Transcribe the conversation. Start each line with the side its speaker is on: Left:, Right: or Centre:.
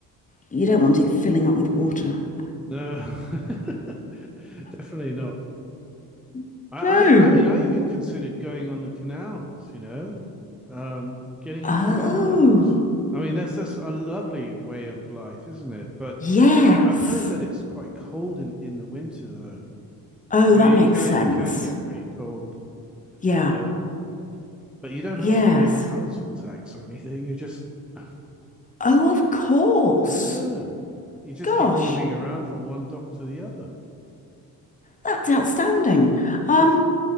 Left: you don't want it filling up with water.
Centre: No. <laughs> Definitely not.
Left: <laughs>
Centre: I,
Left: no.
Centre: I I mean I even considered going on the canals. You know, um, getting
Left: Oh,
Centre: a canal boat. I mean that's that's a lovely way of life, isn't it? But
Left: yes.
Centre: I've heard that it's quite cold in in the winter though.
Left: Oh,
Centre: I
Left: that
Centre: mean
Left: makes
Centre: it can
Left: sense.
Centre: it can get pretty cold.
Left: Yeah,
Centre: Yeah. But you don't
Left: yes.
Centre: have to pay council tax or anything. You just, <sighs>
Left: Oh, of course.
Centre: yeah, you just
Left: Gosh,
Centre: keep moving around from one dock to the other.
Left: that's outstanding. Um,
Centre: Yes.